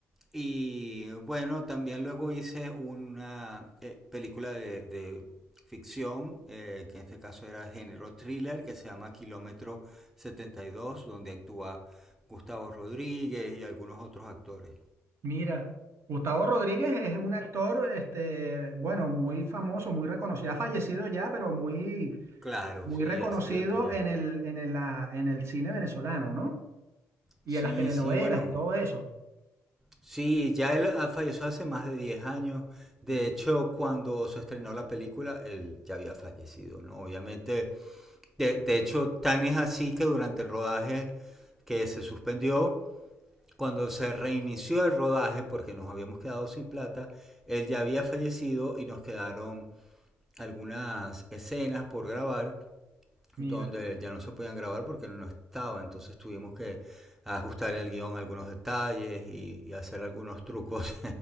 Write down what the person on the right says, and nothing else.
Mira, Gustavo Rodríguez es un actor, este, bueno, muy famoso, muy reconocido, ha fallecido ya, pero muy,
muy
reconocido
en el, en el, la- en el cine venezolano, ¿no? Y
en las telenovelas
y todo eso.
Sí.
Mira,